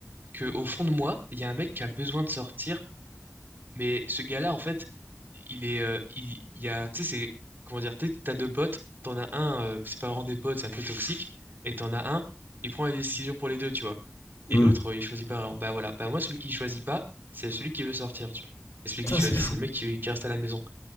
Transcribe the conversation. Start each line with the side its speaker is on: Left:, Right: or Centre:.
Right: que, au fond de moi, il y a un mec qui a besoin de sortir Mais ce gars-là, en fait, il est, euh, il, il y a, tu sais, c'est, comment dire, tu sais, t'as deux potes, t'en as un, euh, c'est pas vraiment des potes, c'est un peu toxique, et t'en as un, il prend les décisions pour les deux, tu vois. Et
Left: Hmm.
Right: l'autre, euh, il choisit pas vraiment. Bah voilà, bah moi, celui qui choisit pas, c'est celui qui veut sortir, tu vois. Et celui
Left: putain,
Right: qui choisit,
Left: c'est fou.
Right: c'est le mec qui, qui reste à la maison.